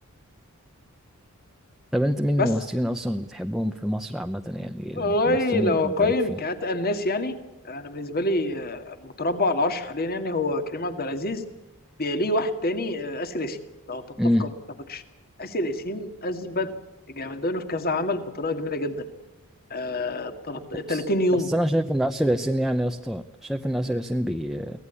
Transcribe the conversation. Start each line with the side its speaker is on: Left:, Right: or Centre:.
Centre: طب انت مين
Left: بس
Centre: الممثلين اصلا اللي بتحبهم في مصر عامة يعني
Left: والله
Centre: الممثلين
Left: لو
Centre: اللي انت
Left: اقيم
Centre: ليك فيهم
Left: كاتقى الناس يعني انا بالنسبه لي آه، المتربع على العرش حاليا يعني هو كريم عبد العزيز بيليه واحد تاني آه، اسر ياسين لو تتفق
Centre: امم
Left: او ما تتفقش اسر ياسين اثبت جامدانه في كذا عمل بطريقه جميله جدا آه،
Centre: بس
Left: 30 يوم
Centre: بس انا شايف ان آسر ياسين يعني يا اسطى شايف ان آسر ياسين بي...